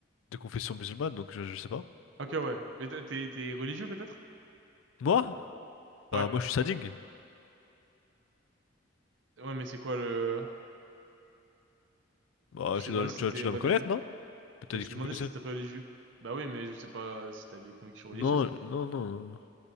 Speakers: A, on the left; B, on the right.
A: de confession musulmane, donc je, je sais pas.
B: Ok, ouais. Mais t'es t'es- t'es religieux peut-être?
A: Moi? Bah,
B: Ouais.
A: moi, je suis sadique.
B: Ouais, mais c'est quoi le...
A: Bah,
B: Je
A: tu
B: t'ai
A: dois,
B: demandé si
A: tu, dois
B: t'étais
A: tu dois
B: religieux.
A: me connaître, non? Peut-être
B: Mais je
A: que
B: t'ai
A: tu
B: demandé
A: me connaissais.
B: si t'étais religieux. Bah oui, mais je sais pas si t'as des convictions religieuses.
A: Non, non, non.